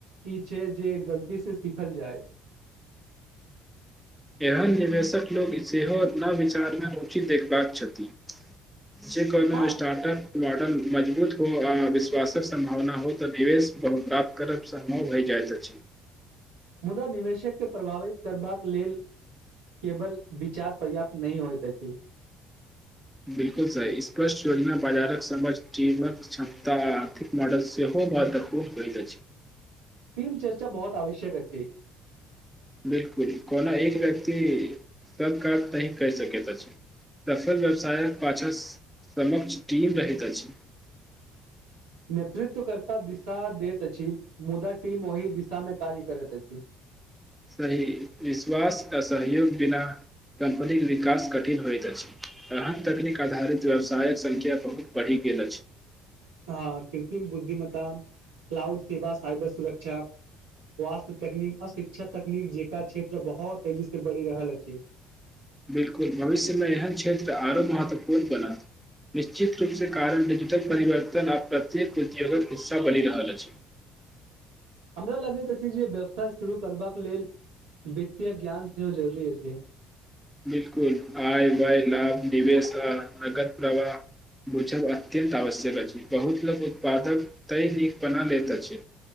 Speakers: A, on the right; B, in the centre.
A: ई छै जे गलती से सिखल जाय
B: एहन निवेशक लोक सेहो न विचारमे रुचि देखबाक छथिन जे कहलहु
A: हँ
B: स्टार्टअप मॉडल मजबूत हो आ विश्वासक सम्भावना हो तऽ निवेश बहुत प्राप्त करब सम्भव होय जाय जा छै
A: मुदा निवेशक के प्रभावित करबाक लेल केवल विचार पर्याप्त नहिह होइत त छै
B: बिलकुल सही स्पष्ट योजना बाजारक समझ जीवक क्षमता आर्थिक मॉडलसँ हो खूब भ त खूब होइ त छी
A: टीम चर्चा बहुत आवश्यक अ छै
B: बिलकुल कोना एक व्यक्त सब काम नहि कर सक छै सफल व्यवसायक पछाँ समक्ष टीम रहैत अछि
A: नेतृत्व करता दिशा दैत अछि मुदा टीम ओहि दिशामे कार्य करैत अछि
B: <inaudible> सही विश्वास आ सहयोग बिना कंपनी के विकास कठिन होय अछि एहन तकनीक आधारित व्यवसायक संख्या बहुत बढ़ि गेल अछि
A: हँ कृत्रिम बुद्धिमता क्लाउड सेवा साइबर सुरक्षा स्वास्थ्य तकनीक अशिक्षा तकनीक जेकरा क्षेत्र बहुत तेजी से बढ़ि रहल अछि छै
B: बिलकुल भविष्यमे एहन क्षेत्र आरो महत्वपूर्ण बनत निश्चित रूपसँ कारण डिजिटल परिवर्तन आब प्रत्येक उद्योगक हिस्सा बनि रहल अछि <inaudible>
A: हमरा लगैत अछि जे व्यवसाय शुरू करबाक लेल वित्तीय ज्ञान सेहो जरूरी अछि
B: बिलकुल आइ वाय लभ निवेश आ नगद प्रवाह बूझब अत्यन्त आवश्यक अछि बहुत लोको उत्पादक तै नीकपना लैत अछि